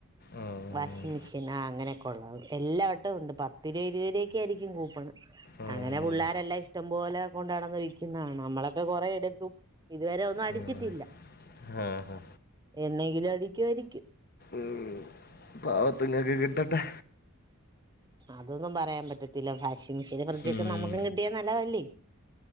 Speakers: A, on the left; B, on the right.
A: ഉം.
B: വാഷിംഗ മെഷീൻ ആ അങ്ങനെ കൊള്ള എല്ലാ വട്ടവും ഉണ്ട് പത്ത് രൂപ ഇരുപത് രൂപക്ക ആയിരിക്കും കൂപ്പണം
A: ഉം.
B: അങ്ങനെ പിള്ളേരെല്ലാം ഇഷ്ടം പോോലെ കൊണ്ടാടന്ന് വിൽക്കുന്നതാണ് നമ്മളൊക്കെ കൊറെേ എടുക്കും ഇതുവരെ ഒന്നും അടിച്ചിട്ടില്ല
A: ഉം. ആ, ആ.
B: എന്നെങ്കിലും അടിക്കുമായിരിക്കും
A: ഉം പാവത്ത്ങ്ങക്ക് കിട്ടട്ടെ
B: അതൊന്നും പറയാൻ പറ്റത്തില്ല ഭാഷ മിഷീനും ഫ്രിഡ്ജ
A: ഉം.
B: ഒക്കെ നമുക്ക് കിട്ടിയാ നല്ലതല്ലേ